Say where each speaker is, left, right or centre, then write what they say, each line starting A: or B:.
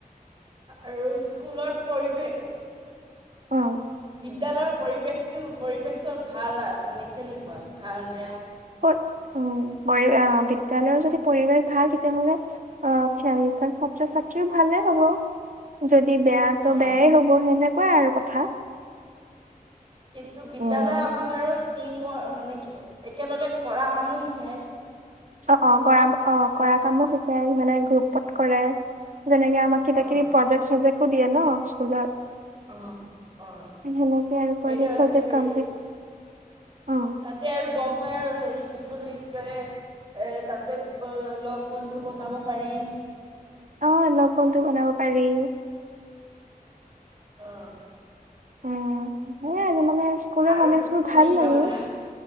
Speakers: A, on the right (about 35°); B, on the right (about 60°).
A: আৰু স্কুলৰ পৰিৱেশ
B: অ।
A: বিদ্যালয়ৰ পৰিৱেশটো পৰিৱেশটো ভাল মানে কেনেকুৱা ভাল বেয়া।
B: উ পৰি বিদ্যালয়ৰ যদি পৰিৱেশ ভাল তেতিয়াহলে আহ খ ছাত্ৰ ছাত্ৰীও ভালে হ'ব যদি বেয়া তো
A: অঁ
B: বেয়াই হ'ব সেনেকুৱাই আৰু কথা।
A: কিন্তু বিদ্যালসমূহত
B: উম
A: আমাক আৰু টিম মানে কি ক একেলগে কৰা কামো শিকায়।
B: অ অ কৰা অ কৰা কামো শিকে মানে গ্ৰুপত কৰে। যেনেকেই আমাক কিবা
A: অ'।
B: কিবি প্ৰজেক্ট চজেক্ত স দিয়া ন স্কুল অত
A: অ'।
B: সেনেকে
A: অ'
B: আৰু প্ৰজেক্ট
A: এতিয়া
B: চজেক্
A: হেৰি
B: কমপ্লিট। অ
A: তাতে আৰু গম পাই আৰু হেৰি কি বুলি কয় এ তাতে লগ বন্ধু বনাব পাৰি।
B: অ লগ বন্ধু বনাব পাৰি।
A: আহ।
B: অঁ, সেইয়া মানে স্কুলৰ
A: আৰু
B: মমেণ্টচ বোৰ
A: তুমি
B: ভাল
A: কিবা
B: লাগে।
A: সোধা